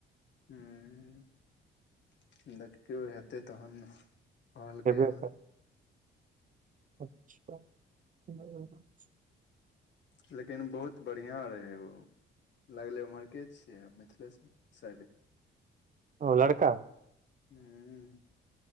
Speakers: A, on the left; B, on the right.
A: हुँ देखियौ हेतै तहन कहलकै
B: हेबे करतौ
A: हन
B: अच्छा <unintelligible>
A: लेकिन बहुत बढ़िआँ रहै उ लगलै ओम्हरके छियै मिथिलेसँ साइड
B: ओ लड़का
A: हूँ